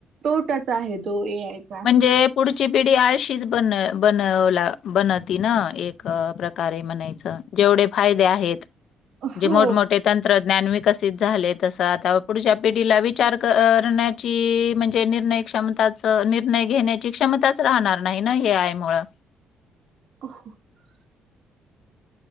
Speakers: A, on the right; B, on the left.
A: तोटाच आहे तो ए आय. चा.
B: म्हणजे- पुढची पिढी आळशीच बन बनवला बनवती ना एक प्रकारे म्हणायचं, जेवढे फायदे आहेत,
A: हो
B: जे मोठं मोठे तंत्रज्ञान विकसित झाले, तस आता पुढच्या पिढीला विचार करण्याची म्हणजे निर्णय क्षमता निर्णय घेण्याची क्षमताच राहणार नाही ना, ए आय मुळ-
A: <inaudible>